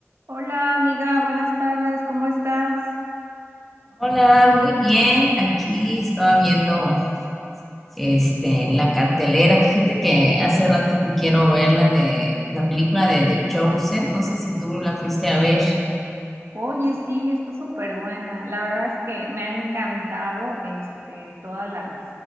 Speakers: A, on the right (about 60°); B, in the centre.
A: Hola amiga, buenas tardes, ¿cómo estás?
B: Hola, muy bien. Aquí estaba viendo este, la cartelera. Fíjate que hace rato que quiero ver la de la película de The Chosen. No sé si tú la fuiste a ver.
A: Oye, sí, está súper buena. La verdad es que me ha encantado este, todas las,